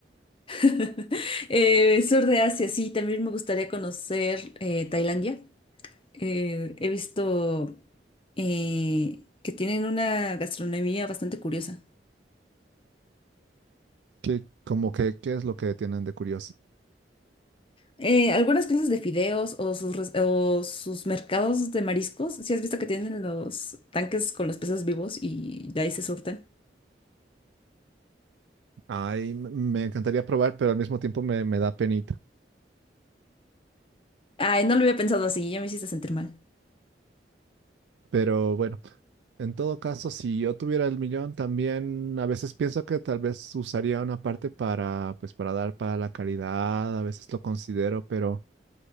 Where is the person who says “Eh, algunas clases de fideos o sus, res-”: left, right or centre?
Left